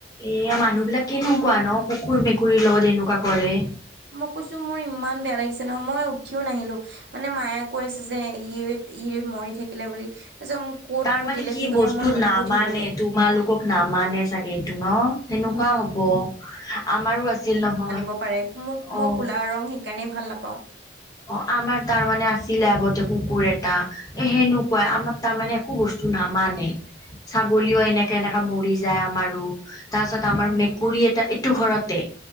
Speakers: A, on the left; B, on the right.
A: এই মানুহবিলাক কেনেকুৱা
B: মোৰ
A: ন' কুকুৰ, মেকুৰীৰ লগত এনেকুৱা কৰে।
B: মই কৈছোঁ মোৰ ইমান বেয়া লাগিছে ন' মই উঠিও নাহিলোঁ। মানে মায়ে কৈ আছে যে ই-ই মৰি থাকিলে বুলি। তাৰপিছত মোক ক'ত
A: তাৰ
B: পুতিলে
A: মানে
B: কি
A: বস্তু
B: কথা মই নুসুধিলোঁও।
A: নামানে তোমালোকক নামানে চাগে এইটো ন' সেনেকুৱা
B: উম
A: হ'ব। আমাৰো আছিল নহয়।
B: হ'ব পাৰে মোক মই
A: অ
B: কলা ৰং সেইকাৰণেই ভাল নাপাওঁ।
A: অহ, আমাৰ তাৰমানে আছিলে আগতে কুকুৰ এটা। এ সেনুৱাই আমাক তাৰমানে একো বস্তু নামানে। ছাগলীও এনেকে-এনেকা মৰি যায় আমাৰো। তাৰপাছত
B: উম
A: আমাৰ মেকুৰী এটা এইটো ঘৰতে।